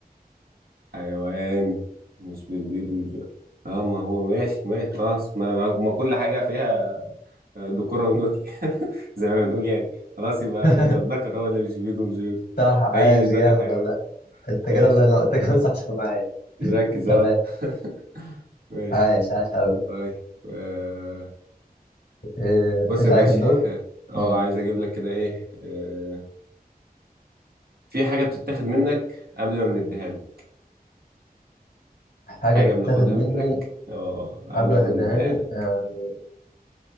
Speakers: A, on the right (about 70°); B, on the left (about 85°).
A: حيوان مش بيبيض ومش بي- اه ما هو ماشي ماشي خلاص ما, ما ما كل حاجه فيها دكورة ونوتي <laughs> زي ما بنقول يعني خلاص يبقى
B: <laughs>
A: يبقى الذكر هو اللي مش بيده ومش بيقول
B: صح عايش
A: أي ذكر
B: جامد
A: حيوان
B: والله انت
A: ماشي
B: كده الله ينور انت كده صح صح معايا
A: مركز
B: تمام
A: أه <laughs> ماشي
B: عايش عايش قوي
A: طيب آه،
B: إيه...
A: بص
B: انت
A: يا باشا
B: عليك الدور
A: أه
B: مم.
A: عايز أجيب لك كده إيه آه، في حاجة بتتاخد منك قبل ما بنديها لك
B: حاجة
A: حاجة
B: تتاخد
A: بناخدها
B: مني
A: منك أه قبل
B: قبل ما
A: ما
B: تديهاني
A: نديها لك
B: يعني